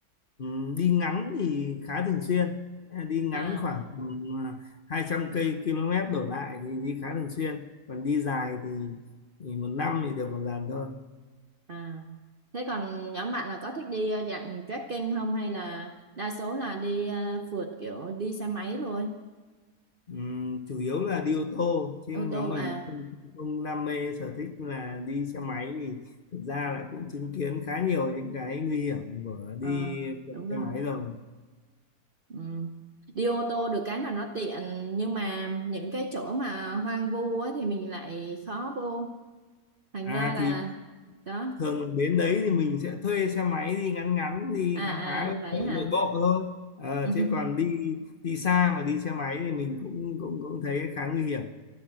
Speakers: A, on the left (about 45°); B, on the right (about 40°).
A: ừ, đi ngắn thì khá thường xuyên Ờ, đi ngắn
B: à
A: khoảng tầm ờ, hai trăm cây km đổ lại thì đi khá thường xuyên còn đi dài thì, thì một năm thì được một lần thôi
B: à thế còn nhóm bạn là có thích đi ờ, dạng trekking không hay là đa số là đi ờ, phượt kiểu đi xe máy thôi
A: Ừm, chủ yếu là đi ô tô chứ
B: ô tô
A: nhóm mình
B: à
A: không, không đam mê sở thích là đi xe máy thì thực ra là cũng chứng kiến khá nhiều những cái nguy hiểm của
B: à
A: đi
B: đúng rồi
A: xe máy rồi
B: ừ. đi ô tô được cái là nó tiện nhưng mà những cái chỗ mà hoang vu ấy thì mình lại khó vô thành
A: à
B: ra là
A: thì
B: đó
A: thường đến đấy thì mình sẽ thuê xe máy đi ngắn ngắn đi
B: à
A: khám
B: à
A: phá nội
B: vậy
A: nội
B: hả
A: bộ thôi Ờ,
B: <laughs>
A: chứ còn đi đi xa mà đi xe máy thì mình cũng cũng cũng thấy khá nguy hiểm